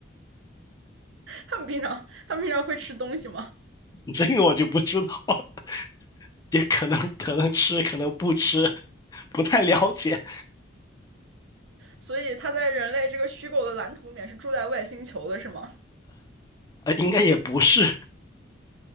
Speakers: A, on the right; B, on the left.
A: 他们平常他们平常会吃东西吗？
B: 这个我就不知道，<laughs> 也可能可能吃，可能不吃，不太了解，
A: 所以他在人类这个虚构的蓝图里面是住在外星球的，是吗？
B: 呃，应该也不是，